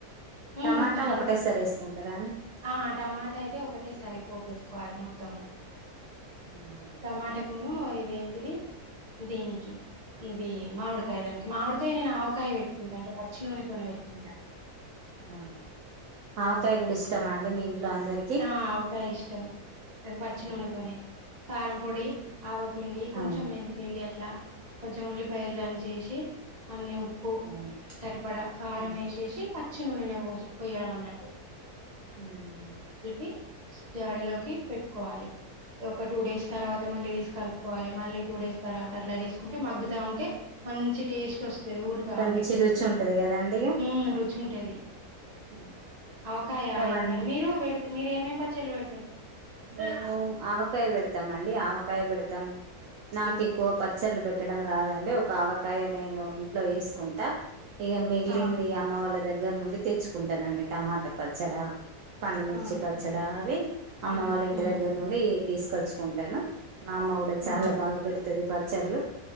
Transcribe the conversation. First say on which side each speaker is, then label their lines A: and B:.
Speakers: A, on the right; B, on the right.
A: హ్మ్
B: టమాటా
A: ఫాస్ట్
B: ఒకటేసారే వేసుకుంటారా అండి
A: ఆ టమాటా అయితే ఒకటేసారి పోపేసుకోవాలి మొత్త మొత్తము
B: ఆహా
A: టమాటకును ఇది ఏంటిది దీనికి ఇది మామిడికాయ దానికి మామిడికాయ నేను ఆవకాయ పెట్టుకుంటాను అంటే పచ్చి నూనెతోనే పెట్టుకుంటా
B: ఆ ఆవకాయ కూడా ఇష్టమా అండి మీ ఇంట్లో అందరికి
A: ఆ ఆవకాయఇష్టం అది పచ్చి
B: ఆ
A: నూనెతోనేే కారం పొడి ఆవపిండి కొంచెం
B: అవును
A: మెంతుపిండి అట్లా ఇట్లా కొంచెం ఉల్లిపాయలు దంచి ఎసి అన్ని ఉప్పు
B: అవును
A: సరిపడా కారం
B: ఉ
A: వేసేసి ప పచ్చి ననే పోసి పోయడం అన్నట్టు
B: ఉహు
A: కి జాడీలోకి పెట్టుకోవాలి ఒక టూ డేస్ తర్వాత మళ్లీ తీసు కలుపుకోవాలి మళ్ళ టూ డేస్ తర్వాత అట్లా తీసుకుంటే మగ్గుతా ఉంటే మంచి టేస్ట్ వస్తు ఊరుతా
B: కంచి
A: ఉంటే
B: రుచి ఉంటది కదండి ఇగ
A: హు రుచి ఉంటది
B: ఉ
A: అవకాయా
B: ఇక వన్
A: ఎప్పుడ అ మీరు పెడుతే మీరు ఏమేమి పచ్చళ్ళ పెడతారు
B: మేము ఆవకాయ పెడతాం అండి ఆవకాయ పెడతాం నాకు
A: ఉమ్
B: ఎక్కువ పచ్చళ్ళ పెడ పెట్టడం రాదండి ఒక అవకాయ నేను ఇంట్లో వేసుకుంటా ఇగ మిగిలింది
A: ఆ
B: అమ్మ వాళ్ళ దగ్గర నుండి తెచ్చుకుంటానండి టమాటా పచ్చడా పండుమిర్చి
A: ఆ
B: పచ్చడా అవి అమ్మ
A: ఉమ్
B: వాళ్ళ ఇంటి
A: ఉమ్
B: దగ్గర నుండి తీసుకొచ్చుకుంటాను మా అమ్మ కూడా చాలా
A: ఉమ్
B: బాగా పెడుతుది ప పచ్చళ్ళు